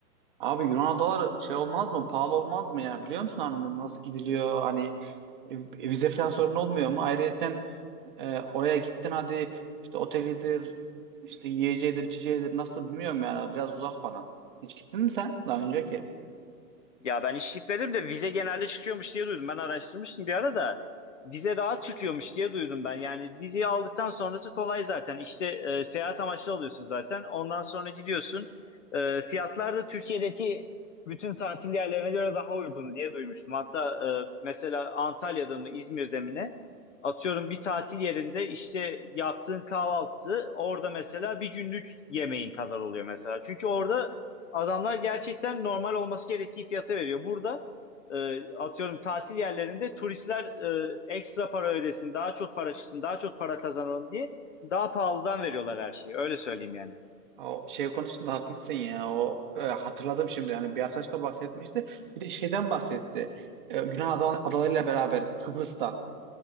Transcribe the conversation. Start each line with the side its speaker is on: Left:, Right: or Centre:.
Right: Abi Yunan adaları şey olmaz mı? Pahalı olmaz mı ya? Biliyor musun hani nasıl gidiliyor? Hani e, vize falan sorun olmuyor mu? Ayrıca E, oraya gittin hadi işte otelidir, işte yiyeceğidir, içeceğidir nasıl bilmiyorum yani biraz uzak bana. Hiç gittin mi sen daha önceki?
Left: Ya ben hiç gitmedim de vize genelde çıkıyormuş diye duydum. Ben araştırmıştım bir ara da vize rahat çıkıyormuş diye duydum ben. Yani vizeyi aldıktan sonrası kolay zaten. İşte e, seyahat amaçlı alıyorsun zaten. Ondan sonra gidiyorsun. E, fiyatlar da Türkiye'deki bütün tatil yerlerine göre daha uygun diye duymuştum. Hatta e, mesela Antalya'da mı İzmir'de mi ne? Atıyorum bir tatil yerinde işte yaptığın kahvaltı orada mesela bir günlük yemeğin kadar oluyor mesela. Çünkü orada Adamlar gerçekten normal olması gerektiği fiyata veriyor. Burada e, atıyorum tatil yerlerinde turistler e, ekstra para ödesin, daha çok para çıksın, daha çok para kazanalım diye daha pahalıdan veriyorlar her şeyi. Öyle söyleyeyim yani.
Right: O şey konusunda haklısın ya. O e, hatırladım şimdi. Yani bir arkadaş da bahsetmişti. Bir de şeyden bahsetti. E, Yunan ada- adalarıyla beraber Kıbrıs'tan.